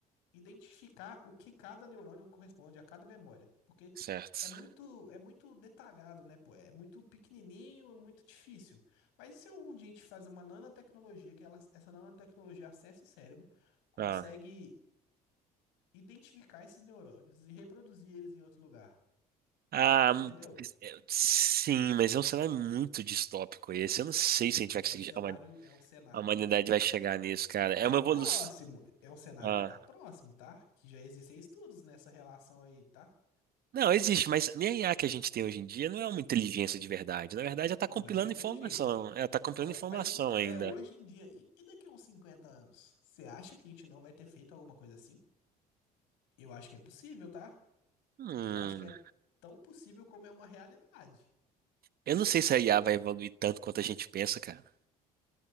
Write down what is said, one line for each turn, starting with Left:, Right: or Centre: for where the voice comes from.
Left: identificar o que cada neurônio corresponde a cada memória, porque
Right: certo.
Left: é muito é muito detalhado, né, pô? É muito pequenininho, é muito difícil. Mas e se algum dia a gente faz uma nanotecnologia que ela, essa nanotecnologia acessa o cérebro, consegue
Right: Ah,
Left: identificar esses neurônios e reproduzir eles em outro lugar.
Right: ah, hum,
Left: Entendeu?
Right: é, sim, mas é um cenário muito distópico esse. Eu não sei se a gente vai
Left: É
Right: conseguir,
Left: um cenário,
Right: a huma-
Left: é um cenário
Right: a humanidade
Left: que
Right: vai chegar nisso, cara. É
Left: tá
Right: uma
Left: próximo.
Right: evolução.
Left: É um cenário
Right: Ah,
Left: que tá próximo, tá? Que já existem estudos nessa relação aí, tá?
Right: não, existe, mas nem a IA que a gente tem hoje em dia não é uma inteligência de verdade. Na verdade, ela tá
Left: Não
Right: compilando
Left: é uma inteligência.
Right: informação. Ela tá compilando
Left: Não
Right: informação
Left: é. Mas então,
Right: ainda.
Left: é hoje em dia. E, e daqui a uns 50 anos? Você acha que a gente não vai ter feito alguma coisa assim? Eu acho que é possível, tá?
Right: Hum.
Left: Eu acho que é tão possível como é uma realidade.
Right: Eu não sei se a IA vai evoluir tanto quanto a gente pensa, cara.